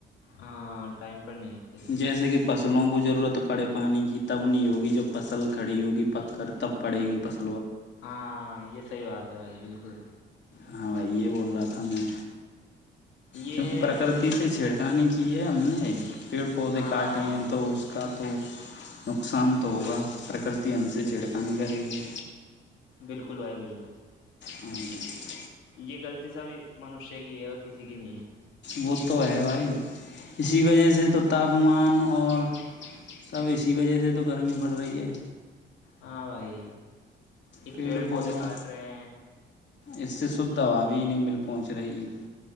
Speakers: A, on the left; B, on the left.
A: ہ ٹائم پر نہیں ہوتی صحیح
B: جیسے کہ فصلوں کو ضرورت پڑے پانی کی تب نہیں ہوگی جب فصل کھڑی ہوگی پک کر تب پڑے گی پصل
A: ہاں یہ صحی بات ہے بھائی بالکل
B: ہاں بھائی یہ بول رہا تھا میں
A: یہ
B: کیونکہ پرکرتی سے چھیڑکانی کی یہم نہیں پیڑ پودے
A: ہاں
B: کاٹے ہیں تو اس کا تو نقصان تو
A: بالکل
B: ہوگا
A: بھائی
B: پرکرتی ہم سے
A: بال
B: چھڑکانی کرے گی
A: بالکل بھائی بالکل
B: ہاں جی
A: یہ غلط سب منشیہ کی ہے اور کسی جک نہیں
B: وہ تو ہے بھائی اسی وجہ سے تو تاپمان اور سب اسی وجہ سے تو گرمی پڑ رہی ہے
A: ہاں بائی ا
B: پیڑ
A: پڑ
B: پودوں
A: پتے کاٹ رہ
B: اس سے شھ دوا بھی نہیں مل پہنچ رہی